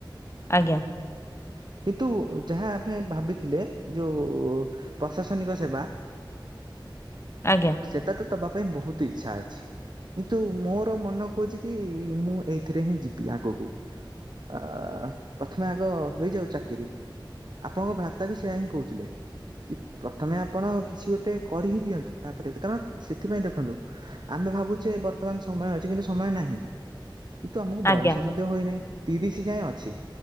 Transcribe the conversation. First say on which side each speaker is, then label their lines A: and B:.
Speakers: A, on the left (about 30°); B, on the right (about 60°).
A: ଆଜ୍ଞା।
B: କିନ୍ତୁ ଯାହା ଆମେ ଭାବିଥିଲେ ଯୋଉ ପ୍ରଶାସନିକ ସେବା
A: ଆଜ୍ଞା!
B: ସେଟା ତ ତବା ପାଇଁ ବହୁତ ଇଚ୍ଛା ଅଛି କିନ୍ତୁ ମୋର ମନ କହୁଛି କି ମୁଁ ଏଇଥିରେ ହିଁ ଯିବି ଆଗକୁ ଆ - ପ୍ରଥମେ ଆଗ ହେଇଯାଉ ଚାକିରି ଆପଣଙ୍କ ଭ୍ରାତା ବି ସେୟା ହିଁ କହୁଥିଲେ। କି ପ୍ରଥମେ ଆପଣ କିଛି ଗୋଟେ କରି ହି ଦିଅନ୍ତୁ ତାପରେ କାରଣ ସେଥିପାଇଁ ଦେଖନ୍ତୁ। ଆମେ ଭାବୁଛେ ବର୍ତ୍ତମାନ ସମୟ ଅଛି କିନ୍ତୁ ସମୟ ନାହିଁ କିନ୍ତୁ ଆମକୁ
A: ଆଜ୍ଞା
B: ବୟସ ମ ଧ୍ୟ ହୋଇନାହିଁ ତିରିଶ ଯାଏଁ ଅଛି